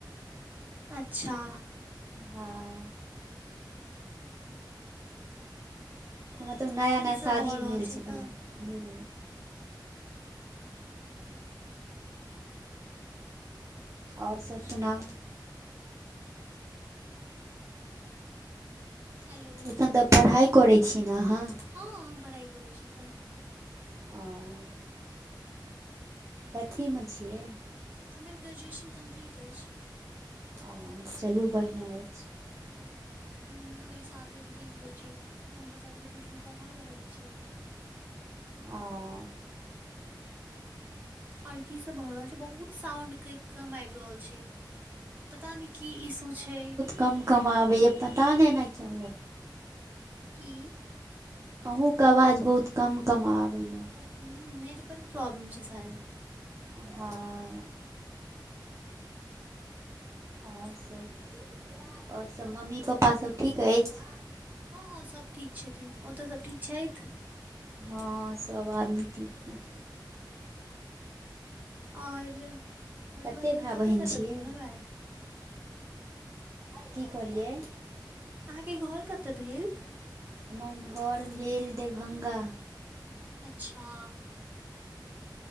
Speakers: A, on the right; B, on the right.
A: अच्छा।
B: हां। मतलब नया-नया
A: की
B: शादीए
A: सब भऽ रहल
B: भेल छै न
A: तऽ
B: ओहि लिए। और सब सुनाउ?
A: हेलो
B: ऐखन तै पढ़ाइ करै छीयै न अहां?
A: हां हम पढ़ाइ करै छीयै अखन।
B: ओ। कते में छियै।
A: हमर ग्रजुऐशन कमप्लीट ऐछ।
B: ओ चलू बढ़िया ऐछ।
A: उम्म आब ए से आगे देखियौ की करै छियै अखन बच्चा सबके ट्यूशन पढ़ा रहल छियै।
B: ओ
A: और की सब भऽ रहल छै बहुत साउण्डके कम आएब रहल छै। पता नै की इशू छै।
B: कम-कम आबय यै पता नै एना क्या
A: की?
B: अहुंके आवाज बहुत कम-कम आबै यै।
A: हूँ नेटवर्क प्रॉब्लम छै शायद।
B: हां। और सब, और सब मम्मी-पप्पा सब ठीक एछ?
A: हां सब ठीक छथिन, ओतऽ सब ठीक छैथ?
B: हां सब आदमी ठीक छै।
A: और मधुबनीमे
B: कतेक भाय
A: कतऽ-कतऽ
B: बहिन छियै
A: घूमलौ अय?
B: की कहलियै।
A: अहाँ के घर कता भेल?
B: हमर घर भेल दरभंगा।
A: अच्छा।